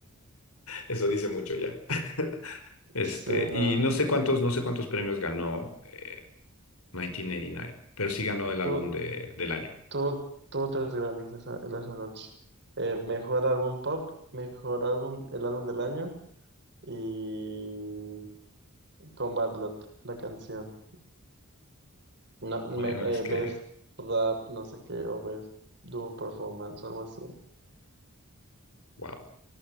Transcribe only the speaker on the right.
Sí, no.
Tuvo,
tuvo, tuvo tres Grammys esa, esa noche. Eh, mejor álbum pop, mejor álbum, el álbum del año y con Bad Lot, la canción. No, me-
eh,
Best Rap, no sé qué, o Best Duo Performance, algo así.